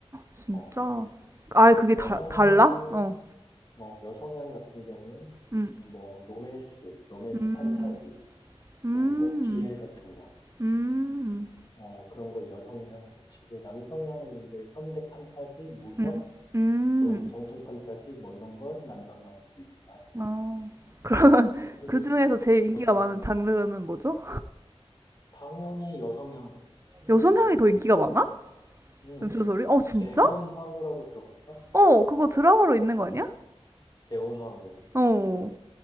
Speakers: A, on the right; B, on the left.
A: 진짜.
B: 어,
A: 아,
B: 어,
A: 그게 다,
B: 여성향,
A: 달라? 어.
B: 어, 여성향 같은 경우는
A: 응.
B: 뭐 로맨스, 로맨스
A: 음,
B: 판타지,
A: 음,
B: 또 뭐 비엘 같은 거.
A: 음,
B: 어, 그런 걸 여성향으로 치고, 남성향은 이제 현대 판타지, 무협,
A: 음, 음.
B: 또 정통 판타지 뭐 이런 걸 남성향으로 분류를 하지.
A: 아, 그러면 <laughs>
B: 그리고
A: 그 중에서 제일 인기가
B: 이렇게
A: 많은 장르는 뭐죠?
B: 당연히 여성향,
A: 여성향이 더 인기가 많아?
B: 음,
A: 엽소설이 어, 진짜?
B: 재혼황후라고 들어봤어?
A: 어, 그거 드라마로 있는 거 아니야?
B: 재혼황후.
A: 어,